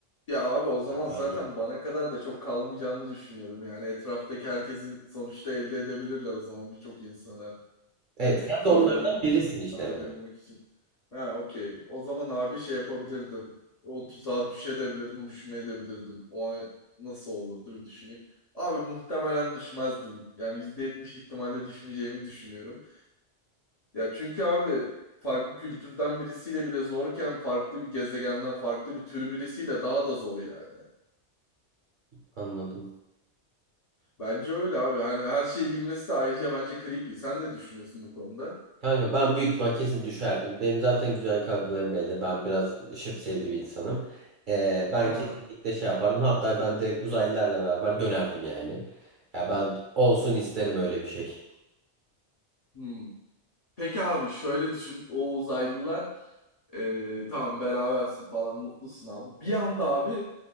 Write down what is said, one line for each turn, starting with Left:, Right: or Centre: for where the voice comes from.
Left: Ya abi o zaman zaten
Right: Hangi-
Left: bana kadar da çok kalmayacağını düşünüyorum. Yani etraftaki herkesi sonuçta elde edebilirler o zaman birçok insanı.
Right: Evet
Left: Hani
Right: sen
Left: soylarını
Right: de onlardan birisin
Left: Türk
Right: işte
Left: devam
Right: Emre.
Left: edebilmek için. Ha okey. O zaman abi şey yapabilirdim. O tuzağa düşebilirdim, düşmeyebilirdim. O an nasıl olurdu bir düşüneyim. Abi muhtemelen düşmezdim. Yani %70 ihtimalle düşmeyeceğimi düşünüyorum. Ya çünkü abi farklı kültürden birisiyle bile zorken farklı bir gezegenden farklı bir türü birisiyle daha da zor yani.
Right: Anladım.
Left: Bence öyle abi. Hani her şeyi bilmesi de ayrıca bence creepy. Sen ne düşünüyorsun bu konuda?
Right: Kanka ben büyük ihtimal kesin düşerdim. Benim zaten güzel kaygılarım belli. Ben biraz şıp bir insanım. Ee, ben
Left: Ha.
Right: kesinlikle şey yapardım. Hatta ben direkt uzaylılarla beraber dönerdim yani. Ya ben olsun isterim öyle bir şey.
Left: hmm. Peki abi şöyle düşün. O uzaylılar e, tamam berabersin falan mutlusun abi. Bir anda abi